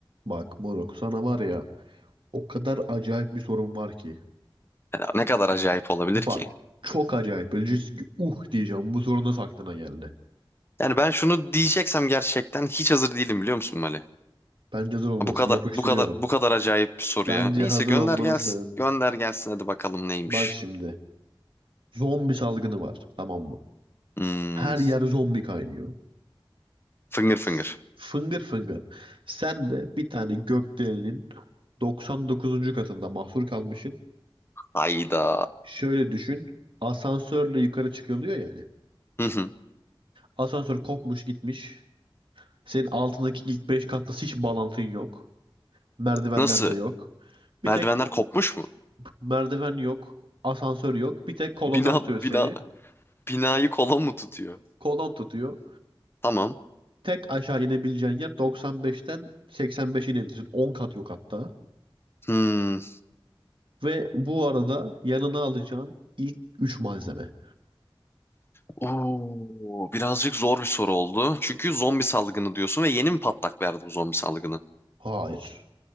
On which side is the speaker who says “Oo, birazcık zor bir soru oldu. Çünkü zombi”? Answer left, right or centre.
Left